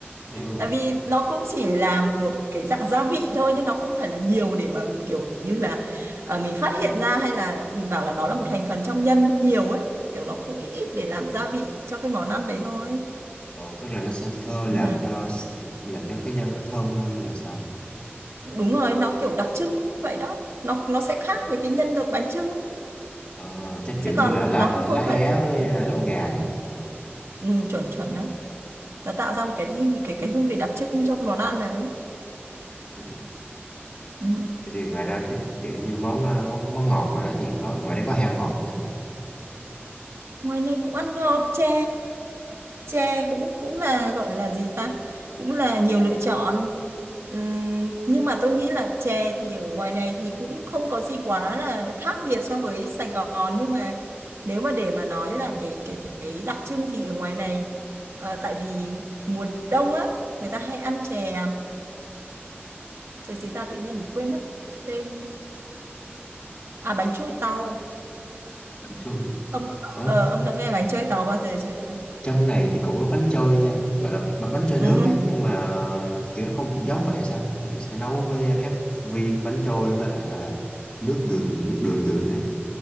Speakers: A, on the left; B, on the right.
A: Ừ.
B: tại vì nó cũng chỉ là một cái dạng gia vị thôi nhưng nó không phải là nhiều để mà kiểu như là ờ, mình phát hiện ra hay là mình bảo là nó là một thành phần trong nhân nhiều ấy kiểu nó cũng ít ít để làm gia vị cho cái món ăn đấy thôi
A: Ờ, tức là nó sẽ thơ
B: Ừ.
A: làm cho làm cho cái nhân nó thơm hơn hay là sao?
B: Đúng rồi nó kiểu đặc trưng ấy, vậy đó nó nó sẽ khác
A: Ừ.
B: với cái nhân được bánh chưng
A: Ờ, chắc
B: chứ
A: kiểu như
B: còn
A: là lá
B: nó cũng không
A: lá é
B: phải là nhiều
A: với ờ, lẩu gà nhỉ
B: ừ, chuẩn chuẩn đấy nó tạo ra một cái cái cái hương vị đặc trưng cho cái món ăn đấy
A: ừ.
B: ừ.
A: Vậy thì ngoài ra cái kiểu như món ờ, món, món ngọt ngoài đó thì có ngoài đấy có heo ngọt nhỉ
B: Ngoài này cũng ăn ngọt chè tre cũng cũng là gọi là gì ta cũng là nhiều lựa chọn Ừm, nhưng mà tôi nghĩ là chè thì ở ngoài này thì cũng không có gì quá là khác biệt so với Sài Gòn nhưng mà nếu mà để mà nói là cái cái cái đặc trưng thì ở ngoài này ờ, tại vì mùa đông á người ta hay ăn chè chè gì ta tự nhiên mình quên mất tên à bánh trôi tàu
A: bánh trôi
B: ông
A: ờ,
B: ờ, ông đã nghe bánh trôi tàu bao giờ chưa
A: trong này thì cũng có bánh trôi nha gọi là b- bánh trôi
B: Ừ,
A: nước
B: hứ.
A: ấy nhưng mà kiểu nó cũng cũng giống vậy sao kiểu sẽ nấu với các viên bánh trôi với lại là nước gừng nước đường gừng ấy